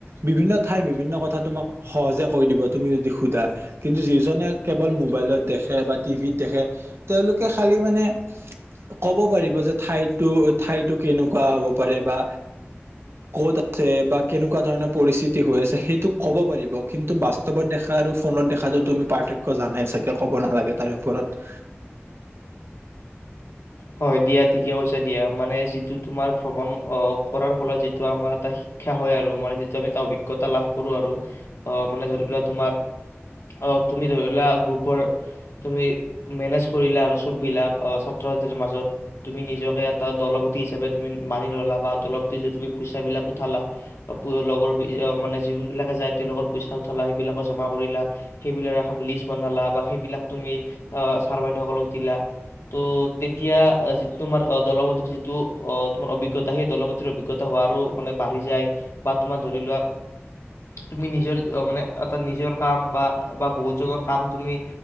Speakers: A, on the right; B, on the left.
A: বিভিন্ন ঠাইৰ বিভিন্ন কথা তোমাক সহজে কৈ দিব তুমি যদি সোধা কিন্তু যিজনে কেৱল মোবাইলত দেখে বা টিভিত দেখে তেওঁলোকে খালি মানে ক'ব পাৰিব যে ঠাইতো ঠাইতো কেনেকুৱা হ'ব পাৰে বা কত আ বা কেনেকুৱা ধৰণৰ পৰিস্থিতি হৈ আছে সেইটো কব পাৰিব কিন্তু বাস্তৱত দেখা আৰু ফোনত দেখাতটো তুমি পাৰ্থক্য জানাই চাগে কব নালাগে তাৰে ওপৰত।
B: হয় দিয়া ঠিকে কৈছা দিয়া মানে যিটো তোমাৰ ভ্ৰমণ কৰাৰ ফলত যিটো আমাৰ এটা শিক্ষা হয় আৰু মানে যিটো আমি এটা অভিজ্ঞতা লাভ কৰো আৰু অ মানে ধৰিলোৱা তোমাৰ অ তুমি ধৰিলোৱা গ্ৰুপৰ তুমি মেনেজ কৰিলা আৰু বিলাক অ ছাত্ৰ মাজত তুমি নিজকে এটা দলপতি হিচাপে তুমি মানি ল'লা বা দলপতি হিচাপে তুমি পইচাবিলাক উঠালা লগৰ মানে যিবিলাকে যায় তেওঁলোকৰ পইচা উঠালা সেইবিলাক জমা কৰিলা সেইবিলাক এখন লিষ্ট বনালা বা সেইবিলাক তুমি ছাৰ বাইদেউসকলক দিলা ত' তেতিয়া যি তোমাৰ দলপতিৰ যিটো তোমাৰ অভিজ্ঞতা সেই দলপতিৰ অভিজ্ঞতা হোৱাৰো মানে বাঢ়ি যায় বা তোমাৰ ধৰি লোৱা তুমি নিজৰ মানে এটা নিজৰ কাম বা বা বহুতজনৰ কাম তুমি